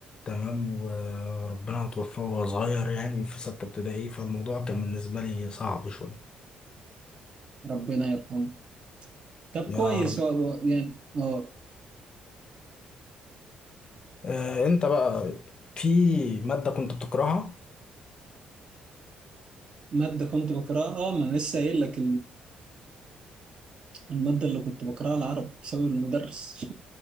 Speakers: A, on the left (about 30°); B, on the right (about 35°).
A: تمام وربنا توفاه وهو صغير يعني في ستة ابتدائي فالموضوع كان بالنسبة لي صعب شوية
B: ربنا يرحمه طب كويس
A: يا رب
B: هو- هو يعني اه
A: آه انت بقى في مادة كنت بتكرهها
B: ماده كنت بكرهها اه ما انا لسه قايل لك المادة اللي كنت بكرهها العرب بسبب المدرس